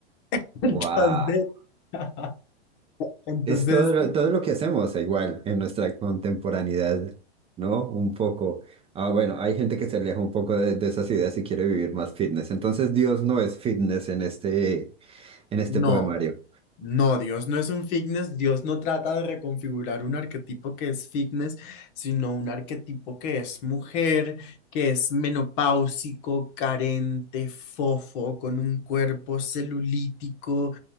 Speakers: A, on the left (about 50°); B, on the right (about 20°).
A: <laughs> Entonces,
B: Wow.
A: <laughs> entonces,
B: Es todo lo, todo lo que hacemos igual en nuestra contemporaneidad, ¿no? Un poco. Ah, bueno, hay gente que se aleja un poco de, de esas ideas y quiere vivir más fitness. Entonces, Dios no es fitness en este, en este
A: no.
B: poemario.
A: No, Dios no es un fitness, Dios no trata de reconfigurar un arquetipo que es fitness, sino un arquetipo que es mujer, que es menopáusico, carente, fofo, con un cuerpo celulítico,